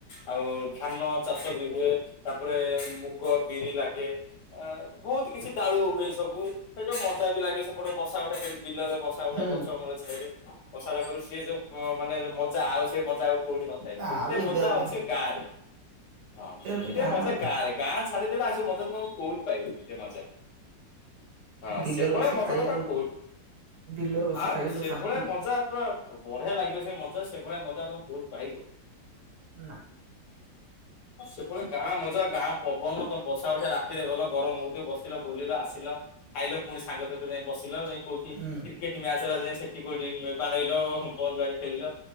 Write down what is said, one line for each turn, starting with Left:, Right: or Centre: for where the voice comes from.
Left: ଆଉ ଧାନ ଚାଷ ବି ହୁଏ। ତାପରେ ମୁଗ ବିରି ଲାଗେ। ଅ ବହୁତ କିଛି ଦାଳୁ ହୁଏ ସବୁ। ସେ ଯୋଉ ମଜା ବି ଲାଗେ ସେ ଏପଟେ ବସା ଉଠା କରି ବିଲରେ ବସା ଉଠା
Right: ହୁଁ
Left: ଗଛ ମୂଳ ଛାଇରେ। ବସା ଉଠା କରିବୁ ସେ ଯୋଉ ମାନେ ଯୋଉ ମଜା ଆଉ ସେ ମଜା ଆଉ କୋଉଠି ନ ଭାଇ
Right: ଆଉ
Left: ଯେତେ
Right: ଏବେ
Left: ମଜା
Right: ଆଉ କାହିଁ
Left: ଅଛି ଗାଁ ରେ। ହଁ, ଯେତେ
Right: ହଉଛି
Left: ମଜା
Right: ନା ଆଉ।
Left: ଗାଁ ରେ। ଗାଁ ଛାଡି ସେ ମଜା ତମେ କୋଉଠି ପାଇବୁନି ସେ ମଜା। ହଁ
Right: ବିଲରେ
Left: ସେଭଳିଆ
Right: ବସି
Left: ମ
Right: ଖାଇବ
Left: <unintelligible> ଆଉ
Right: ଯୋଉ ବିଲରେ ବସି ଖାଇବ ଯୋଉ
Left: ସେଭଳିଆ
Right: ଶାନ୍ତି
Left: ମଜା ପୁରା ବଢିଆ ଲାଗିବ ସେ ମଜା। ସେଭଳିଆ ମଜା ତମେ କହୁଠୁ ପାଇବ।
Right: ନା।
Left: ହଁ ସେଭଳିଆ ଗାଁ ମଜା ଗାଁ ପବନ ତମେ ବସା ଉଠା ରାତିରେ ଗଲ ଗରମ ହଉଥିବ ବସିଲ ବୁଲିଲ ଆସିଲ। ଖାଇଲ ପୁଣି ସାଙ୍ଗସାଥି ରେ ଯାଇ ବସିଲା ଯାଇ କୋଉଠି
Right: ହୁଁ
Left: କ୍ରି କେଟ ମ୍ୟାଚ ହେଲା ଯାଇ ସେଠି କୋଉଠି ବାଡେଇଲ ବଲ୍ ବା ଖେଳିଲ।